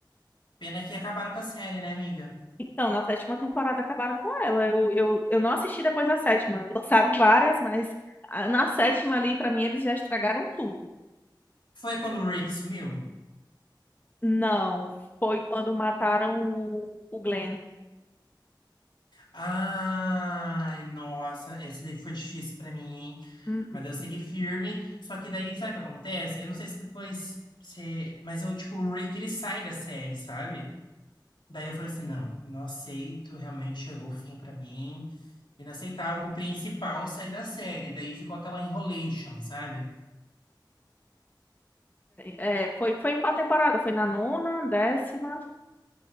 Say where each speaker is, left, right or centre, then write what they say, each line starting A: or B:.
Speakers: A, on the left; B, on the left.
A: Pena que acabaram com a série, né, amiga?
B: Então, na sétima temporada acabaram com ela. Eu, eu, eu não assisti depois da sétima. Lançaram várias, mas ah, na sétima ali, pra mim, eles já estragaram tudo.
A: Foi quando o Rick sumiu?
B: Não, foi quando mataram o, o Glenn.
A: Ai, nossa, essa daí foi difícil pra mim, hein?
B: Uhum.
A: Mas eu segui firme. Só que daí, sabe o que acontece? Eu não sei se depois você. Mas eu, tipo, o Rick, ele sai da série, sabe? Daí eu falei assim: não, não aceito. Realmente chegou o fim pra mim. Inaceitável o principal sair da série. Daí ficou aquela enrolation, sabe?
B: É, foi, foi em qual temporada? Foi na nona, décima?